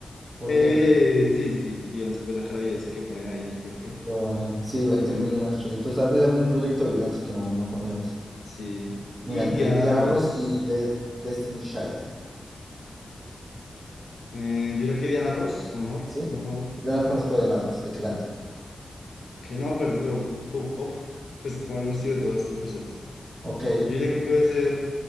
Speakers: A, on the right; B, on the left.
A: ¿Por
B: Eh,
A: qué?
B: vi- eh, sí, sí, sí, Beyoncé, pues la cara de Beyoncé que ponen ahí, no sé por qué.
A: Pero bueno, sí, veintiún
B: Dios mío.
A: millones 800. Tal vez algún proyecto de Beyoncé que no, no conocemos.
B: Sí.
A: Mira,
B: Y
A: entre
B: Diana
A: Diana
B: Ross.
A: Ross y De- Destiny Child.
B: Eh, yo diría que Diana Ross, a lo mejor,
A: ¿Sí?
B: más famosa.
A: Yo no conozco a Diana Ross. ¿De qué canta?
B: Que no me acuerdo, pero pop, pop, pues con el estilo de todas estas parcelas.
A: Ok.
B: Yo diría que puede ser,